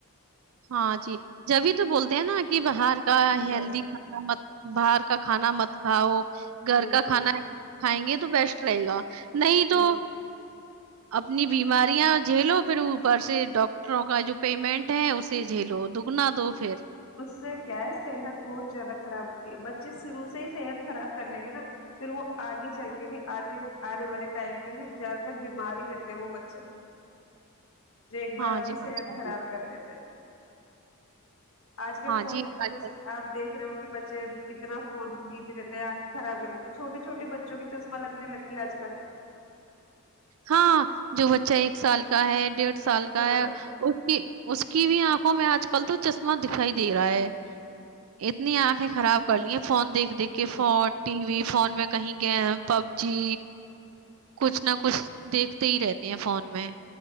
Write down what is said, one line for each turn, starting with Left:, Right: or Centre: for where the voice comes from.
Right: ہاں جی جبھی تو بولتے ہیں نا کہ باہر کا ہیلدی
Left: ہاں
Right: کھانا م باہر کا کھانا مت کھاؤ گھر
Left: بالکل
Right: کا کھانا ہے کھائیں گے تو بیسٹ رہے گا نہیں
Left: جی
Right: تو اپنی بیماریاں جھیلو پھر اوپر سے ڈاکٹروں کا جو پیمنٹ ہے اس سے جلو دگنا دو پھر
Left: اس سے کیا ہے صحت بہت زیادہ خراب ہوتی ہے بچے شروع سے ہی صحت خراب کر لیں گے نا پھر وہ آگے چل کے بھی آگے آنے والے ٹائم میں بھی زیادہ تر بیمار ہی رہتے ہیں وہ بچے جو ایک بار
Right: ہاں
Left: اپنی
Right: جی،
Left: صحت
Right: ماشاء
Left: خراب
Right: اللہ،
Left: کر لیتے آج کل
Right: ہاں
Left: فون
Right: جی،
Left: کی
Right: ماشاء
Left: وجہ سے
Right: اللہ۔
Left: آپ دیکھ رہے ہو بچے اتنا فون میں بزی رہتے ہیں آنکھیں خراب کر لیتے چھوٹے چھوٹے بچوں کے چشمہ لگنے لگ گیا آج کل
Right: ہاں جو بچہ ایک سال کا ہے ڈیڑھ سال کا
Left: ہاں
Right: ہے اس کی اس کی بھی آنکھوں میں آج کل تو چشمہ دکھائی دے رہا ہے اتنی آنکھیں خراب کر لی فون دیکھ دیک
Left: بالکل
Right: کے ف ٹی وی فون میں کہیں گیم پب جی کچھ نہ کچھ دیکھتے ہی رہتے ہیں فون میں